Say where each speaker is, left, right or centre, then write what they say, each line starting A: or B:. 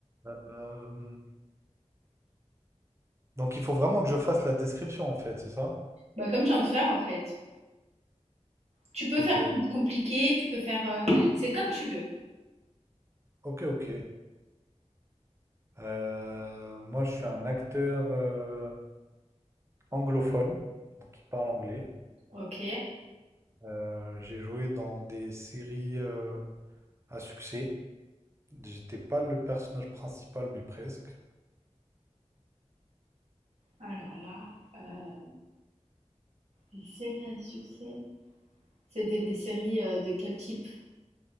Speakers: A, on the right; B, on the right.
A: Euh, donc il faut vraiment que je fasse la description en fait, c'est ça?
B: Bah, comme je viens de faire, en fait. Tu peux
A: Ok,
B: faire plus compliqué, tu peux faire. euh, c'est comme tu veux.
A: ok, ok. Euh, moi je suis un acteur euh, anglophone, donc qui parle anglais.
B: Ok.
A: Euh, j'ai joué dans des séries euh, à succès. J'étais pas le personnage principal, mais presque.
B: Alors là, euh, des séries à succès. C'était des séries euh, de quel type?